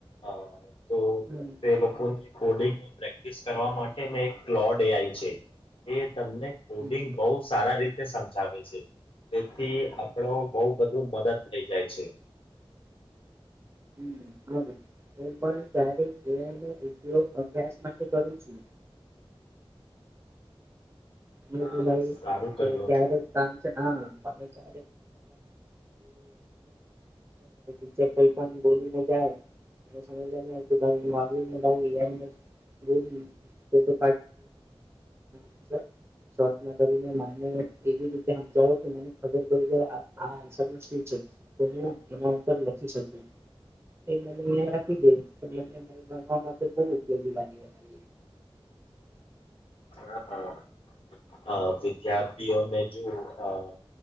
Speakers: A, on the left (about 65°); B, on the right (about 25°).
A: અહ તો
B: હમ
A: તે લોકોને કોડિંગ નું પ્રેક્ટિસ કરવા માટે એક ક્લોડ એ આઈ છે એ તમને કોડિંગ
B: હમ
A: બહુ સારા રીતે સમજાવે છે. તેથી આપણો બઉ બધું મદદ થઈ જાય છે.
B: હમ હવે હું પણ ક્યારેક એ આઈ નો ઉપયોગ અભ્યાસ માટે કરું છું. મને
A: હા
B: તો લાગે
A: સારું કહ્યું
B: ક્યારેક કામ છે, હા <unintelligible> <unintelligible> આવતો ટીચર કંઈ પણ બોલીને જાય ને સમજ માં નહીં આવતું <unintelligible> એ આઈ ને બોલી તો-તો <unintelligible> શોર્ટમાં કરીને મને એવી રીતે હમજાવો કે મને ખબર પડી જાય આ-આ આન્સરના શું છે? તો હું એમાં ઉપર લખી શકું. એ મને એ આપી દે એટલે <unintelligible> ભણવા માટે બહું ઉપયોગી લાગી લાગે.
A: હા, અહ વિદ્યાર્થીઓને જો અહ